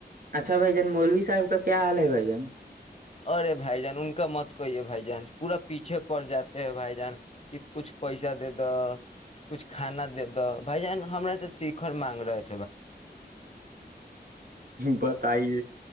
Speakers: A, on the right; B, on the left.
A: اچھا بھائی جان مولوی صاحب کا کیا حال ہے بھائی جان
B: ارے بھائی جان ان کا مت کہیے بھائی جان پورا پیچھے پڑ جاتے ہیں بھائی جان کہ کچھ پیسہ دے دو کچھ کھانا دے دو بھای جان ہمرا س سیخر مانگرت
A: بتائیے